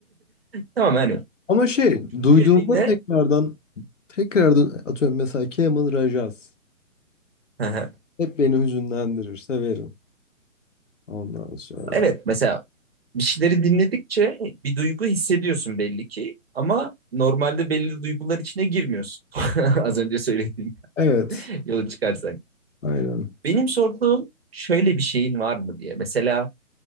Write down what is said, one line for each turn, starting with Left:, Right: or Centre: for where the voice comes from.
Right: Tamam hani
Left: Ama şey duyduğumda
Right: süreliğine
Left: tekrardan tekrardan atıyorum mesela Kemal Rajaz.
Right: Hı hı.
Left: Hep beni hüzünlendirir. Severim. Ondan sonra.
Right: evet mesela bir şeyleri dinledikçe bir duygu hissediyorsun belli ki ama normalde belli duygular içine girmiyorsun. <laughs> Az önce söylediğim
Left: Evet.
Right: <laughs> yolu çıkarsak.
Left: Aynen.
Right: Benim sorduğum şöyle bir şeyin var mı diye. Mesela